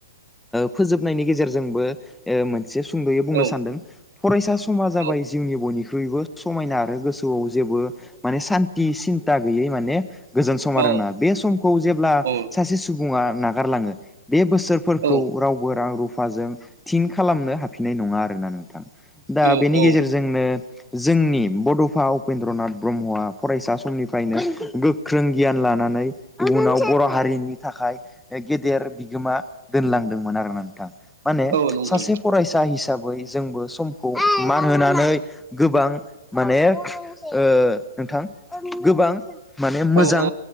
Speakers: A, in the centre; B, on the right (about 60°).
A: फोजोबनायनि गेजेरजोंबो ओ मोनसे। से सुंदयै बुंनो
B: औ
A: सानदों फरायसा समा जाबाय
B: औ
A: जिउनि बयनिखइ। ख्रुइबो समायना आरो गोसोआव जेबो माने सान्थि सिन्था गैयै माने। गोजोन सम
B: औ
A: आरोना बे सम। बेखौ जेब्ला
B: औ
A: सासे सुबुं बुङा नागारलाङो। बे बोसोरफोरखौ
B: औ
A: रावबो रां रुफ। फाजों थिन खालामनो हाफिननाय नङा आरोना नोंथां। दा
B: औ
A: बेनि
B: औ
A: गेजेरजोंनो। जोंनि बडफा उपेन्द्रनाथ ब्रह्मआ फरायसा समनिफ्राय। फ्रायनो गोख्रों गियान लानानै। इउनाव बर हारिनि थाखाय गेदेर बिगोमा दोनलांदोंमोन आरो ना नोंथां। माने
B: औ नंगौ
A: सासे फरायसा हिसाबै। बय जोंबो समखौ मान होनानै गोबां माने नोंथां गोबां। माने मोजां
B: औ औ